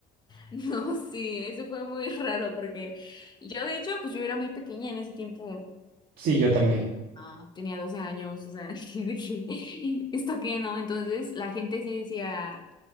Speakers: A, on the left (about 25°); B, on the right (about 60°).
A: No, sí, eso fue muy raro porque yo de hecho, pues yo era muy pequeña en ese tiempo,
B: Sí, yo también.
A: Ah, tenía 12 años, o sea, <laughs> y dije, ¿esto qué no? Entonces la gente sí decía